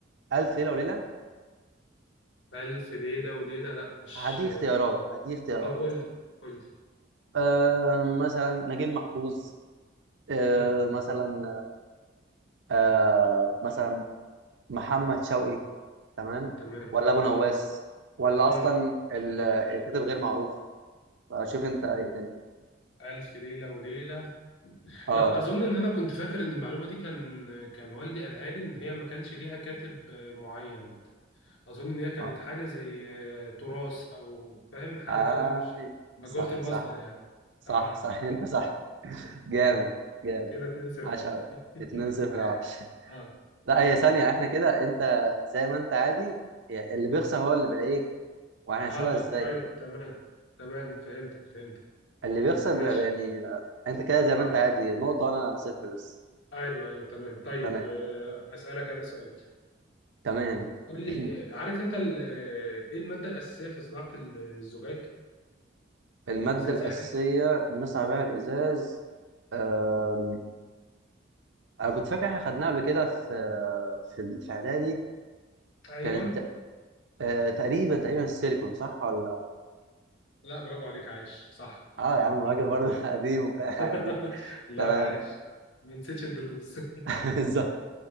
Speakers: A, on the right; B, on the left.
A: الف ليله وليله
B: ألف ليلة وليلة لا مش
A: هدي اختيارات هدي اختيارات
B: طب قول لي قول لي
A: آم، مثلا نجيب محفوظ آه،
B: مم.
A: مثلا آه، مثلا محمد شوقي تمام
B: تمام
A: ولا ابو نواس
B: مم.
A: ولا
B: مم.
A: اصلا ال- الكاتب غير معروف شوف انت ايه الدنيا
B: ألف ليلة وليلة
A: اه
B: لا أظن إن أنا كنت فاكر إن المعلومة دي كان كان والدي قالها لي إن هي ما كانش ليها كاتب آه، معين أظن إن هي كانت
A: اه
B: حاجة زي آه، تراث أو فاهم حاجة
A: آه،
B: كده مش مجهولة
A: صح
B: المصدر
A: صح
B: يعني
A: صح
B: آه
A: صح <laughs> انت صح جامد جامد
B: كده 2 0
A: عاش قوي
B: <laughs>
A: 2 0 يا وحش
B: آه
A: لا هي ثانية احنا كده انت زي ما انت عادي يعني اللي بيخسر هو اللي بقى ايه وهنحسبها
B: آه
A: ازاي
B: طيب تمام تمام فهمتك فهمتك
A: اللي بيخسر
B: ماشي
A: بيبقى يعني آه، انت كده زي
B: آه
A: ما انت عادي نقطة وانا صفر بس
B: ايوه ايوه تمام طيب
A: تمام
B: آه، اسالك انا سؤال
A: تمام
B: قول لي
A: <clears throat>
B: عارف انت ال- ايه الماده الاساسيه في صناعه الزجاج
A: المادة
B: الازاز
A: الأساسية
B: يعني
A: بنصنع بيها الإزاز آم، أنا كنت فاكر احنا خدناها قبل كده في في في إعدادي
B: ايوه
A: كانت ت- آه، تقريبا تقريبا السيليكون صح ولا
B: لا برافو عليك عايش صح
A: اه يا عم راجل برضه
B: الله
A: <laughs>
B: ينور
A: قديم وبتاع
B: <laughs>
A: قديم
B: لا
A: تمام
B: عايش ما نسيتش الدروس
A: <laughs> بالظبط